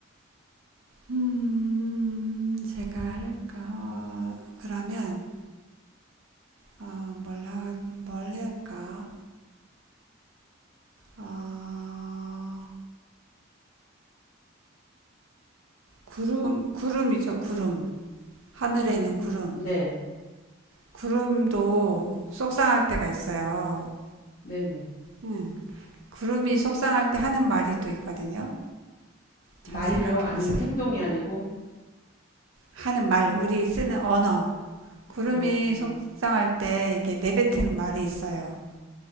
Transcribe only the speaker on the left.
구름.
네,
네, 네.
말려
아니면
행동이 아니고
음,